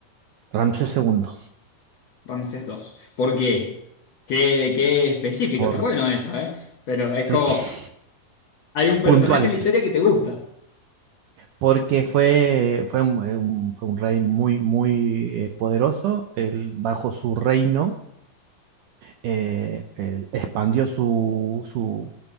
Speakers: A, on the right; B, on the left.
A: Ramsés segundo
B: Ramsés dos. ¿Por qué? Qué, qué específico,
A: por,
B: está bueno eso, ¿eh? Pero
A: sí,
B: es como,
A: <laughs>
B: hay un personaje
A: puntual,
B: en la historia que te gusta.
A: porque fue, fue, un, eh, un- fue un rey muy, muy eh, poderoso. Él, bajo su reino eh, eh, expandió su, su,